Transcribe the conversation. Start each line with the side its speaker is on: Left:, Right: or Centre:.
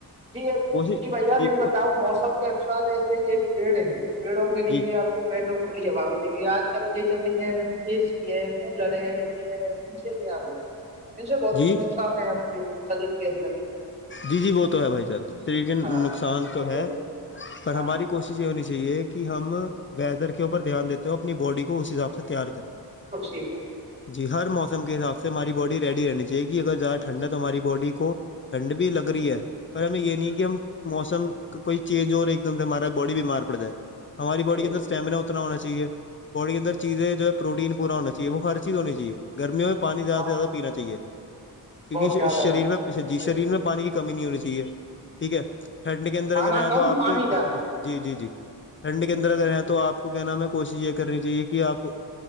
Right: جی جی
Left: کوشش
Right: بھیا
Left: جی
Right: یہ بتاؤ موسم <inaudible> کے انسار ایسے پیڑ ہیں پیڑوں کے نیچے
Left: جی
Right: آپ کو بیٹو کھلی ہوا مجھے آج کل یہ چل رہی ہے لیے س لڑے جی ان سے کیا ہو ہے ان سے بہت ہی
Left: جی
Right: نقصان ہے اپنے شریر کے اندر <inaudible>
Left: جی جی وہ تو ہے بھائی چان شریر کے
Right: ہاں
Left: نقصان تو
Right: بھائی
Left: ہے
Right: جان
Left: پر
Right: ہاں
Left: ہماری کوشش ہونی چاہیے کہ ہم ویدر کے اوپر دھیان دیتے ہو اپنی باڈی کو اس حساب سے تیار کریں
Right: خشی <inaudible>
Left: جی ہر موسم کے حساب سے ہماری باڈی ریڈی رہنی چاہےی اگر زیادہ ٹھنڈا تو ہماری باڈی کو ٹھنڈ بھی لگ رہی ہے پر ہمیں یہ نہیں کہ ہم موسم کوئی چینج ہو رہا ایک دم سے ہمارا بڈی بیمار پڑ ج ہے ہماری بڈی
Right: جی بھائی
Left: کےدر اسٹیمینا
Right: جان،
Left: ہو نا ہونا چاہیے باڈی کے اندر چیزیں جو ہے پروٹین پورا ہونا چاہیے وہ ہر چیز ہونی چاہیے گرمیوں میں پانی زیادہ
Right: ہاں
Left: سے زیادہ پینا چاہیے کیونکہ
Right: بہت زیادہ
Left: شریر میں جی
Right: صحیح،
Left: شریر میں پانی کی کمی نہیں ہونی چاہیے ٹھیک ہے ٹھنڈ کے اندر
Right: کھانا
Left: اگر ہیں
Right: کم
Left: تو آپ
Right: پانی
Left: کے
Right: زیادہ
Left: جی جی جی جی ٹھنڈے کے اندر
Right: جی
Left: اگر
Right: بھائی
Left: ہے تو آپ کو کیا نام ہے کوشش یہ کرنی چاہیے کہ آپ